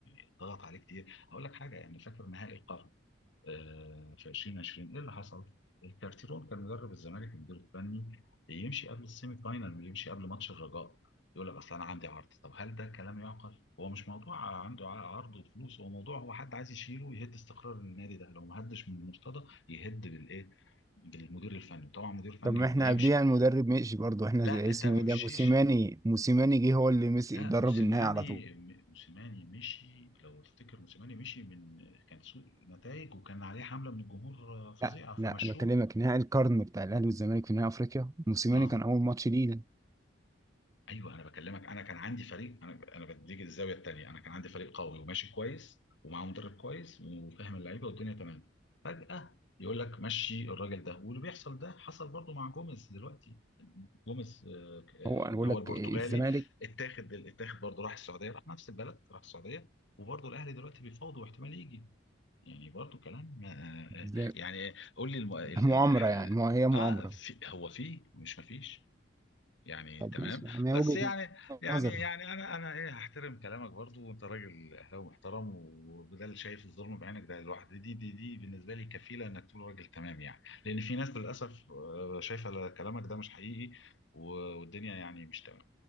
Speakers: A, on the left; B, on the right.
A: اتضغط عليه كتير هقول لك حاجة يعني فاكر نهائي القرن آه، في 2020 ايه اللي حصل؟ الكارتيرون كان مدرب الزمالك المدير الفني يمشي قبل السيمي فاينال يمشي قبل ماتش الرجاء يقول لك اصل انا عندي عرض طب هل ده كلام يعقل؟ هو مش موضوع عنده ع- عرض وفلوس هو موضوع هو حد عايز يشيله ويهد استقرار النادي ده لو ما هدش من المرتضى يهد بالايه؟ بالمدير الفني وطبعا المدير الفني
B: طب ما
A: لما
B: احنا
A: يمشي
B: قبليها المدرب مشي برضه احنا
A: لا
B: زي
A: انت
B: اسمه
A: ما
B: ايه
A: مشيش
B: ده موسيماني موسيماني جه هو اللي مسك
A: لا
B: درب
A: موسيماني
B: النهائي على طول
A: م- موسيماني مشي لو تفتكر موسيماني مشي من كان سوء نتائج وكان عليه حملة من الجمهور آه، فظيعة
B: لا لا
A: فمشوه
B: انا بكلمك نهائي القرن بتاع الاهلي والزمالك في نهائي افريقيا موسيماني
A: اه
B: كان اول ماتش ليه ده
A: أيوه أنا باكلمك أنا كان عندي فريق أنا أنا بديك الزاوية التانية أنا كان عندي فريق قوي وماشي كويس ومعاه مدرب كويس وفاهم اللعيبة والدنيا تمام فجأة يقول لك مشي الراجل ده واللي بيحصل ده حصل برضو مع جوميز دلوقتي جوميز آه، ك- آه،
B: هو انا
A: اللي
B: بقول
A: هو
B: لك
A: البرتغالي
B: إيه، الزمالك
A: اتاخد اتاخد برضه راح السعوديه راح نفس البلد راح السعوديه وبرضه الاهلي دلوقتي بيفاوضوا واحتمال يجي يعني برضه كلام آه، آه،
B: ز-
A: يعني قول لي الم... ال...
B: مؤامره
A: ال... الح-
B: يعني ما هي مؤامره
A: اه في هو في مش ما فيش يعني
B: طب
A: تمام
B: ماشي يعني
A: بس
B: هي وجهه
A: يعني يعني
B: نظر
A: يعني انا انا ايه هحترم كلامك برضو وانت راجل اهلاوي محترم وده اللي شايف الظلم بعينك ده لوحده دي دي دي بالنسبه لي كفيله انك تقول راجل تمام يعني لان في ناس للاسف آه، شايفه كلامك ده مش حقيقي و- والدنيا يعني مش تمام